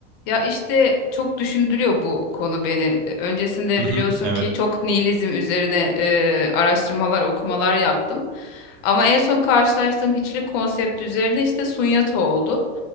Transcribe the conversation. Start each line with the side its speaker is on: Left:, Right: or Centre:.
Left: Ya işte çok düşündürüyor bu konu beni. Öncesinde
Right: Hı hı,
Left: biliyorsun
Right: evet.
Left: ki çok nihilizm üzerine e, araştırmalar, okumalar yaptım. Ama en son karşılaştığım hiçlik konsepti üzerine işte Sunyata oldu.